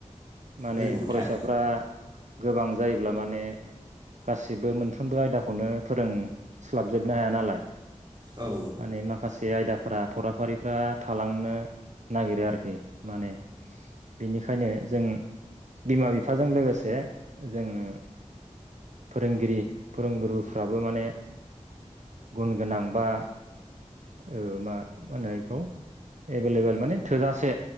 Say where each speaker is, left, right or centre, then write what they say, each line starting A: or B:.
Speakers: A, on the right; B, on the right.
A: माने
B: नंगौ
A: फरायसाफ्रा
B: थार
A: गोबां जायोब्ला माने गासिबो मोनफ्रोमबो आयदाखौनो फोरोंस्लाबजोबनो हाया नालाय
B: औ
A: माने माखासे बे आयदाफ्रा फराफारिफ्रा थालांनो नागिरो आरोखि माने बिनिखायनो जों बिमा बिफाजों लोगोसे जोङो फोरोंगिरि फोरोंगुरुफ्राबो माने गुन गोनां बा ओ मा माहोनो बेखौ? एभेलेबेल माने थोजासे